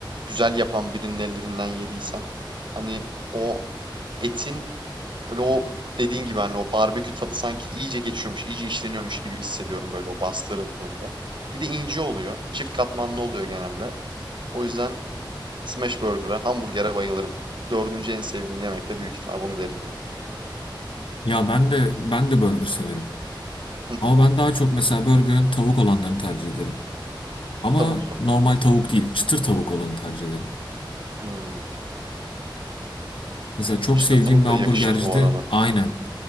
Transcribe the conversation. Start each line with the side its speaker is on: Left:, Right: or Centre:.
Right: güzel yapan birinin ellerinden yediysen hani o etin böyle o dediğin gibi hani o barbekü tadı sanki iyice geçiyormuş, iyice işleniyormuş gibi hissediyorum böyle o bastırıldığında. Bir de ince oluyor. Çift katmanlı oluyor genelde. O yüzden smash burger'a, hamburger'e bayılırım. Dördüncü en sevdiğim yemek de büyük ihtimal bunu derim yani.
Left: Ya ben de ben de burger severim.
Right: Hı hı.
Left: Ama ben daha çok mesela burgerin tavuk olanlarını tercih ederim. Ama
Right: Tavuklu.
Left: normal tavuk değil, çıtır tavuk olanı tercih ederim.
Right: Hmm.
Left: Mesela çok
Right: Çıtır
Left: sevdiğim
Right: tavuk
Left: bir
Right: da
Left: hamburgercide
Right: yakışır bu arada.
Left: aynen